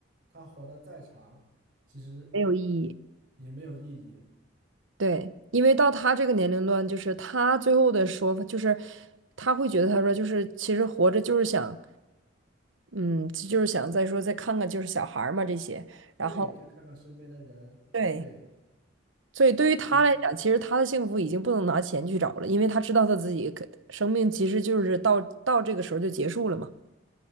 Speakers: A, on the right; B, on the right.
A: 他活得再长，其实
B: 没有意义。
A: 也没有意义。
B: 对，因为到他这个年龄段，就是他最后的说法，就是他会觉得他说就是其实活着就是想，嗯，就是想再说再看看就是小孩儿嘛这些，然后。
A: 对，就看看身边的人，
B: 对，
A: 对，
B: 所以对于他来讲，
A: 嗯，
B: 其实他的幸福已经不能拿钱去找了，因为他知道他自己可生命其实就是到到这个时候就结束了嘛，